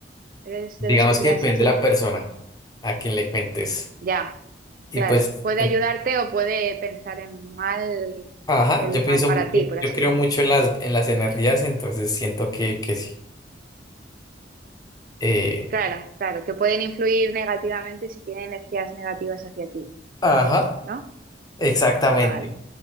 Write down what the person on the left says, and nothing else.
Digamos
que depende
de la persona a quien le cuentes.
Y
pues,
en-
ajá,
yo pienso,
mu- yo,
yo
creo mucho en las, en las energías, entonces siento que, que sí. Eh,
ajá,
exactamente.